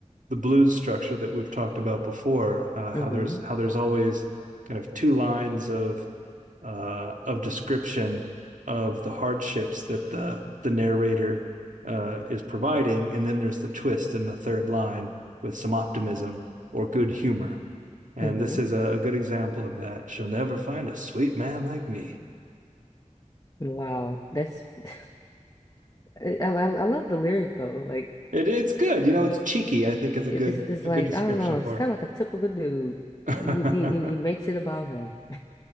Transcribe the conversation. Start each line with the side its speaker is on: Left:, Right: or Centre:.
Right: the blues structure that we've talked about before. Uh, how
Left: <laughs> hmm
Right: there's how there's always kind of two lines of uh, of description of the hardships that the the narrator uh, is providing, and then there's the twist in the third line with some optimism or good humor. And
Left: hmm
Right: this is a, a good example of that. She'll never find a sweet man like me.
Left: Wow, that's <laughs> I, I I love the lyric though. Like
Right: It, it's good,
Left: it,
Right: you know. It's cheeky. I think is a
Left: it's
Right: good
Left: it's
Right: a
Left: like
Right: good description
Left: I don't know.
Right: for
Left: It's kind
Right: it.
Left: of like a typical dude.
Right: <laughs>
Left: He, he he makes it about him.